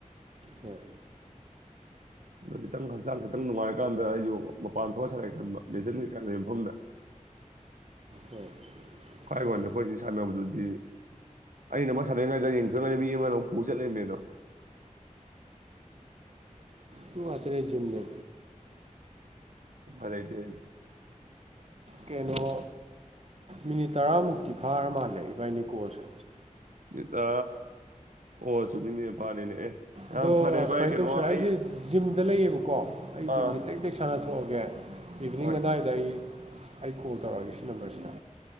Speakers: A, on the right; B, on the right.
A: <unintelligible>
B: ꯍꯣꯏ
A: ꯑꯗꯣ ꯈꯤꯇꯪ ꯍꯛꯆꯥꯡ ꯈꯤꯇꯪ ꯅꯨꯡꯉꯥꯏꯔꯀꯥꯟꯗ ꯑꯩꯁꯨ ꯃꯄꯥꯟ ꯊꯣꯛꯑ ꯁꯥꯟꯅꯦ ꯈꯟꯕ ꯃꯦꯆꯤꯟ ꯀꯩꯀꯥ ꯂꯩ ꯃꯐꯝꯗ
B: ꯍꯣꯏ
A: ꯀꯥꯏ
B: ꯌꯥꯏ
A: ꯋꯥꯔꯅꯦꯕ ꯄꯗꯤ ꯁꯃꯦꯗꯨ ꯁꯤ ꯑꯩꯅ ꯑꯃ ꯁꯥꯗꯅꯤꯡꯉꯥꯏꯗ ꯌꯦꯡꯊꯣꯛꯒꯅꯦ ꯃꯤ ꯑꯃꯅ ꯑꯃꯨꯛ ꯄꯨ ꯆꯠꯂꯕꯃꯦ ꯑꯗꯣ
B: ꯇ ꯑꯇꯔ ꯤꯟꯗ
A: ꯐꯔꯥꯏꯇ
B: ꯀꯩꯅꯣ ꯃꯤꯅꯤꯠ ꯇꯔꯥꯃꯨꯛꯇꯤ ꯐꯥꯔ ꯃꯥꯜꯂꯦ ꯏꯕꯥꯅꯤꯀꯣꯁꯦ
A: ꯗ ꯍ ꯆꯃꯤꯅꯦ ꯐꯥꯔꯦꯅꯦ ꯑꯦ ꯌꯥꯝ
B: ꯑꯗꯣ
A: ꯐꯔꯦ ꯚꯥꯏ
B: ꯁꯨꯃꯥꯏꯅ
A: ꯀꯩꯅꯣ
B: ꯇꯧꯁꯤꯔ ꯑꯩꯁꯦ
A: ꯑꯩ
B: ꯖꯤꯝꯗ ꯂꯩꯌꯦꯕꯀꯣ ꯑꯩ
A: ꯑꯥ
B: ꯖꯤꯝꯁꯦ ꯇꯦꯛ ꯇꯦꯛ ꯁꯥꯟꯅ ꯊꯣꯛꯣꯛꯑꯒꯦ ꯏꯚꯤꯅꯤꯡ
A: ꯍꯣꯏ
B: ꯑꯗꯨꯗꯥꯋꯥꯏꯗ ꯑꯩ ꯑꯩ ꯀꯣꯜ ꯇꯧꯔꯛꯑꯒꯦ ꯁꯤ ꯅꯝꯕꯔꯁꯤꯗ